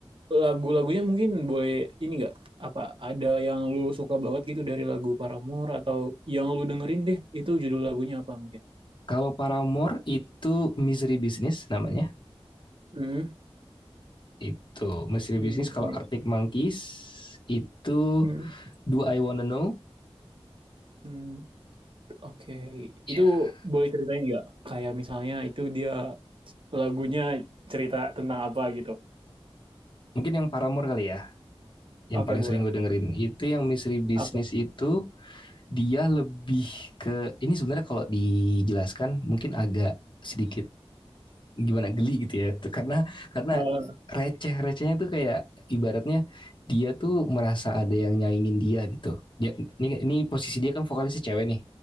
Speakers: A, on the right; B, on the left.
A: lagu-lagunya mungkin boleh ini nggak? Apa ada yang lu suka banget gitu dari lagu Paramore atau yang lu dengerin deh itu judul lagunya apa mungkin?
B: Kalau Paramore itu Misery Business namanya.
A: Hmm.
B: Itu
A: History
B: Misery Business.
A: Business.
B: Kalau Arctic Monkeys itu
A: Mhm.
B: Do I Wanna Know?
A: Hmm. Oke.
B: Ya
A: Itu boleh ceritain nggak? Kayak misalnya itu dia lagunya cerita tentang apa gitu?
B: Mungkin yang Paramore kali ya, yang
A: Oke
B: paling
A: boleh.
B: sering gue dengerin. Itu yang Misteri Bisnis
A: Oke.
B: itu dia lebih ke ini sebenarnya kalau dijelaskan mungkin agak sedikit gimana geli gitu ya karena karena
A: Eh,
B: receh recehnya tuh kayak ibaratnya dia tuh merasa ada yang nyaingin dia gitu dia ini ini posisi dia kan vokalisnya cewek nih